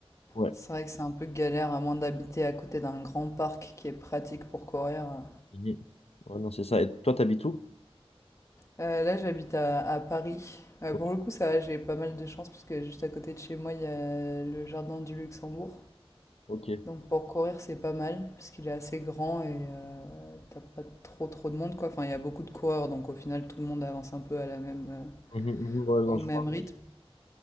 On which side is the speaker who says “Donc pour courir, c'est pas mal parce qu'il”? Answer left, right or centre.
Left